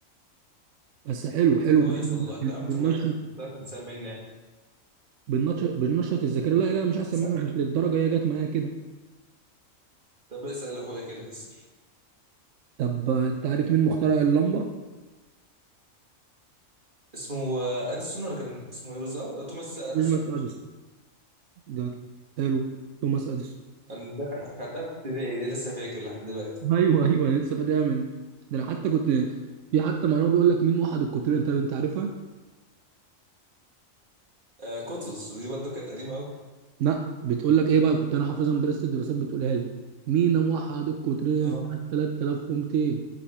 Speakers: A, on the right (about 70°); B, on the right (about 40°).
A: بس حلو
B: انت
A: حلو
B: كويس والله انت يا عم
A: بننشط
B: انت كويس لا تنسى مني يعني.
A: بننشط بننشط الذاكره لا لا مش احسن
B: اسال
A: منك مش للدرجه هي جت معايا كده
B: طب اسال اخويا كده اسال
A: طب آه، انت عارف مين مخترع اللمبه؟
B: اسمه آه، اديسون ولا كان اسمه ايه بالظبط آه، توماس اديسون
A: توماس اديسون ده حلو توماس اديسون
B: انا ده خدتها في ابتدائي دي لسه فاكر لحد دلوقتي
A: ايوه ايوه انا لسه فاكرها من ده انا حتى كنت في حتى معلومه بيقول لك مين وحد القطرين طب انت عارفها؟
B: آه كتز دي برضو كانت قديمه قوي
A: لا بتقول لك ايه بقى كنت انا حافظها مدرسه الدراسات بتقولها لي مين موحد القطرين
B: اه
A: سنه 3200